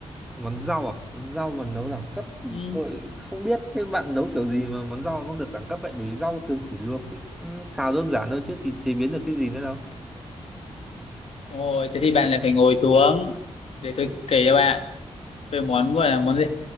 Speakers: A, in the centre; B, on the left.
A: món rau à? Món rau mà nấu đẳng cấp
B: ừ.
A: tôi không biết thế bạn nấu kiểu gì mà món rau nó được đẳng cấp vậy? Bởi vì rau thường chỉ luộc với xào đơn giản thôi chứ thì chế biến được cái gì nữa đâu.
B: Rồi, thế thì bạn lại phải ngồi xuống để tôi kể cho bạn về món gọi là món gì?